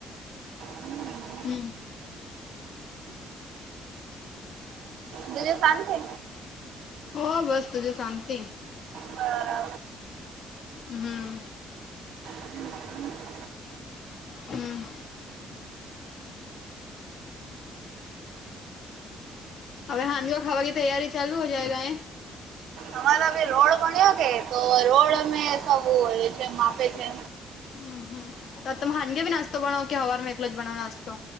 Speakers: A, on the right; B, on the left.
A: હમ
B: હમ
A: દ દિવ કન છે
B: હો બસ તજું શાંતિ
A: બરા
B: હમ
A: હમ
B: હમ હવે હાજીઓ ખાવા કે તૈયારી ચાલુ હો જયગ એ
A: અમારા રોડ પ્યો કે તો રોડ અમે સ માપે છે
B: હમ હમ તો ખાનગે બી નાસ્તો બનવો કે હવારમાં એકલો જ બનવો નાસ્તો